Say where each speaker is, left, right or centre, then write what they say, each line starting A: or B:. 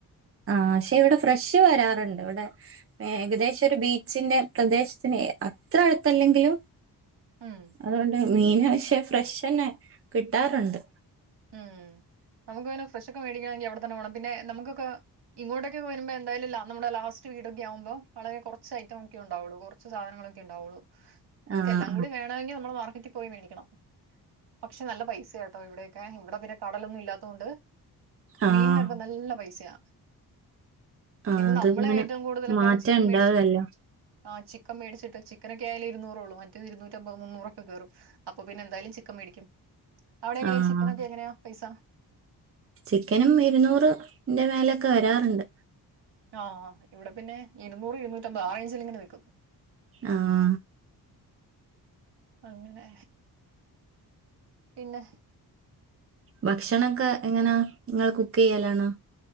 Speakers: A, on the right; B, on the right.
A: ആഹ് ക്ഷെ ഇവിടെ ഫ്രഷ് വരാറുണ്ട് വിടെ ഏകദേശൊരു ബീച്ചിന്റെ പ്രദേശത്തിന് അത്ര അടുത്തല്ലെങ്കിലും
B: ഉം
A: അതുകൊണ്ട് മീന് പക്ഷെ ഫ്രഷെന്നെ കിട്ടാറുണ്ട്.
B: ഉം നമുക്ക് പിന്നെ ഫ്രഷൊക്കെ മേടിക്കണെങ്കി അവിടെ തന്നെ പോണം പിന്നെ നമുക്കൊക്കെ ഇങ്ങോട്ട് റ്റ് വരുമ്പോ എന്തായാലുംല്ല നമ്മുടെ ലാസ്റ്റ് വീടൊക്കെ ആകുമ്പോ വളരെ കൊറച്ച് ഐറ്റം ഒക്കെ ഉൺ ണ്ടാവുള്ളു. കൊർച്ച് സാധനങ്ങളൊക്കെ ണ്ടാവുള്ളൂ നമുക്കെല്ലാം
A: ആഹ്
B: കൂടി വേ ണെങ്കി നമ്മള മാർക്കറ്റി പോയി മേടിക്കണം. പക്ഷെ നല്ല പൈസയാ ട്ടോ ഇവിടെ ക്കെ ഇവിടെ പിന്നെ കടലൊന്നും ഇല്ലാത്തോണ്ട്
A: ആഹ്
B: മീന്നൊക്ക
A: ആഹ്
B: നല്ല പൈസയ.
A: ആഹ്
B: പിന്നെ നമ്മള്
A: അതിങ്ങനെ
B: ഏറ്റവും കൂടുതലെന്താണ്
A: മാറ്റം
B: ചിക്കൻ
A: ഇണ്ടാവല്ലോ
B: മേടിച്ച് ആഹ് ചിക്കൻ മേടിച്ചിട്ട് ചിക്കനൊക്കെയാല് ഇരുന്നൂറേ ള്ളു മറ്റഅ് ഇരുന്നൂറ്റമ്പത് മൂന്നുറൊക്കെ കേറും. അപ്പൊ പിന്നെ എന്തായാലും ചിക്കൻ മേടിക്കും. അവിടെ എങ്ങനെ
A: ആഹ്
B: ചിക്കനൊക്കെ എങ്ങനെയാ പൈസ?
A: ചിക്കനും ഇരുന്നൂറ് ന്റെ മേലൊക്കെ വരാറുണ്ട്.
B: ആഹ് ഇവടെ പിന്നെ ഇരൂന്നുറ് ഇരുന്നൂറ്റമ്പത് ആ റേഞ്ചിൽ ഇങ്ങനെ നിക്കും.
A: ആഹ്.
B: അങ്ങനെ പിന്നെ.
A: ഭക്ഷണൊക്കെ എങ്ങനാ ങ്ങൾ കുക്കെയ്യാലാണോ?